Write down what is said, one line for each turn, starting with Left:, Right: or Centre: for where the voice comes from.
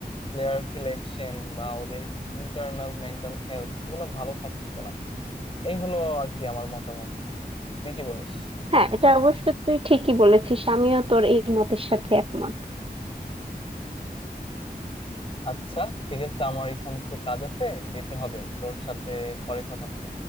Left: প্লেয়ার সিলেকশন বা ওদের ইন্টারনাল মেন্টাল হেলথ এগুলো ভালো থাকতেছে না এই হলো আর কি আমার মতামত তুই কি বলিস
Right: হ্যাঁ এটা অবশ্য তুই ঠিকই বলেছিস আমিও তোর এই মতের সাথে একমত
Left: আচ্ছা ঠিক আছে আমার এখন একটু কাজ আছে যেতে হবে তোর সাথে পরে কথা হবে